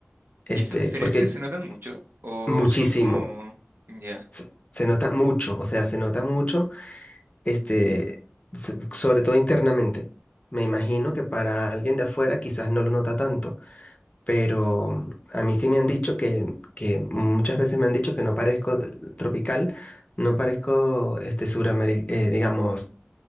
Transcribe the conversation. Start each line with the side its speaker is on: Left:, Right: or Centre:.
Left: Este,
Right: ¿Y esas diferencias
Left: porque
Right: se notan mucho? ¿O
Left: muchísimo,
Right: son como... Ya,
Left: se, se nota mucho, o sea, se nota mucho, este, so- sobre todo internamente. Me imagino que para alguien de afuera quizás no lo nota tanto pero mm, a mí sí me han dicho que, que muchas veces me han dicho que no parezco tropical, no parezco este suramericano, digamos